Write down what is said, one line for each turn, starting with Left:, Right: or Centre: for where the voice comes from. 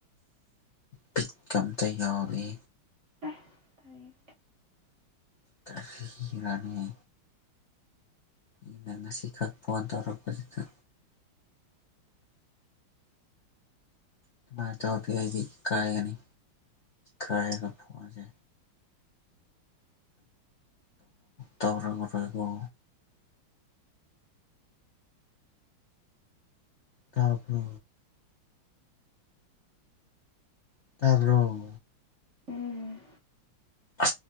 Left: ꯕꯤꯠ ꯀꯝꯇ ꯌꯥꯎꯔꯤ
Right: ꯑꯦ ꯇꯥꯏ
Left: ꯀꯔꯤꯔꯥꯅꯦ ꯑꯩꯅ ꯉꯁꯤꯈꯛ ꯐꯣꯟ ꯇꯧꯔꯛꯄꯗꯨꯗ ꯑꯗꯨꯃꯥꯏꯅ ꯇꯧꯗꯤ ꯑꯩꯗꯤ ꯀꯥꯏꯒꯅꯤ ꯀꯥꯏꯔꯒ ꯐꯣꯡꯁꯦ ꯇꯧꯔꯔꯣꯏꯒꯣ ꯇꯥꯄ ꯇꯥꯔꯕꯣ
Right: ꯎꯝ
Left: ꯑ